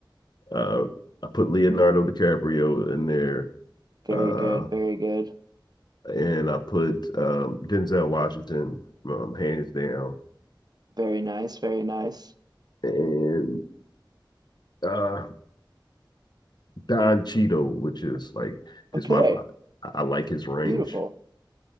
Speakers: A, on the left (about 60°); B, on the right (about 55°).
A: uh, I put Leonardo DiCaprio in there,
B: Very
A: uh,
B: good. Very good.
A: and I put um, Denzel Washington um, hands down,
B: Very nice. Very nice.
A: and uh, Don Cheadle, which is like
B: Okay.
A: just my I, I like his range.
B: Beautiful.